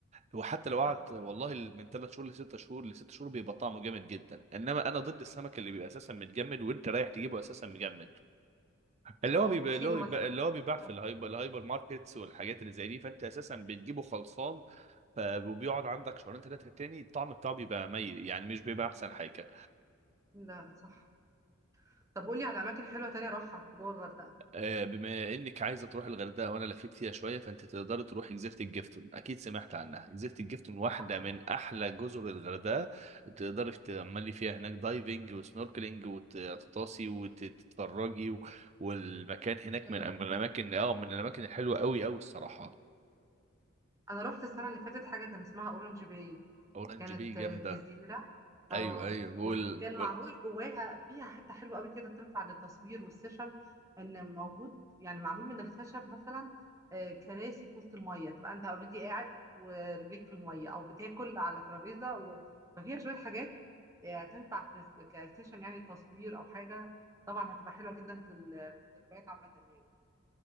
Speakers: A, on the right; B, on the right.
A: وحتى لو قعد
B: صح
A: والله من ثلاث شهور لست شهور لست شهور بيبقى طعمه جامد جدا انما انا ضد السمك اللي بيبقى اساسا متجمد وانت رايح تجيبه اساسا مجمد اللي
B: اه
A: هو بيبقى
B: وتشيله
A: اللي هو بيبقى
B: مثلا
A: اللي هو بيباع في
B: لا
A: الهايبر الهايبر ماركتس والحاجات اللي زي دي فانت اساسا بتجيبه خلصان ف- وبيقعد عندك شهرين ثلاثه تاني الطعم بتاعه بيبقى مي يعني مش بيبقى احسن حاجه
B: لا، صح طب قولي على أماكن حلوة تانية أروحها جوه الغردقة
A: آه، بما انك عايزه تروح الغردقه وانا لفيت فيها شويه فانت تقدر تروحي جزيره الجفتون اكيد سمعت عنها جزيره الجفتون واحده
B: طبعا
A: من احلى جزر الغردقه تقدري تعملي فيها هناك دايفنج وسنوركلينج وتغطاسي وتتفرجي و... والمكان هناك
B: حلو
A: من
B: ده
A: من الاماكن اه من الاماكن الحلوه قوي قوي الصراحه
B: أنا رحت السنة اللي فاتت حاجة كان اسمها أورنج باي
A: اورنج
B: كانت
A: بي جامده
B: جزيرة
A: ايوه
B: اه
A: ايوه
B: وكان
A: وال... وال...
B: معمول جواها فيها حتة حلوة قوي كده تنفع للتصوير والسيشن ان موجود يعني معمول من الخشب مثلا آه، كراسي في وسط المية تبقى انت اوريدي قاعد ورجليك في المية او بتاكل على ترابيزة و... ففيها شوية حاجات آه، تنفع في س- كسيشن يعني تصوير او حاجة طبعا هتبقى حلوة جدا في ال- في الذكريات عامة يعني